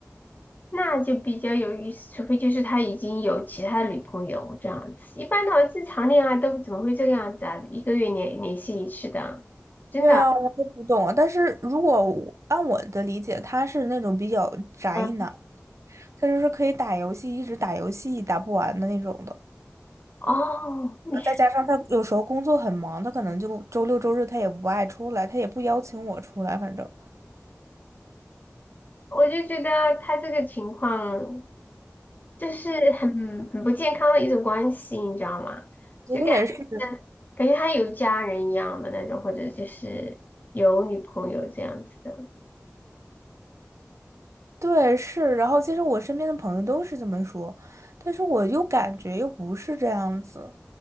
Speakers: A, on the left; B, on the right.
A: 那就比较有意思，除非就是他已经有其他的女朋友这样子。一般的话，正常恋爱都怎么会这个样子啊？一个月联联系一次的，真的。
B: 对啊，我都不懂啊。但是如果我按我的理解，他是那种比较宅男，
A: 嗯，
B: 他就是可以打游戏，一直打游戏打不完的那种的。
A: 哦，你，
B: 啊再加上他有时候工作很忙，他可能就周六周日他也不爱出来，他也不邀请我出来，反正。
A: 我就觉得他这个情况就是很很不健康的一种关系，你知道吗？
B: 昨天也是。
A: 就感觉感觉他有家人一样的那种，或者就是有女朋友这样子的。
B: 对，是，然后其实我身边的朋友都是这么说，但是我又感觉又不是这样子，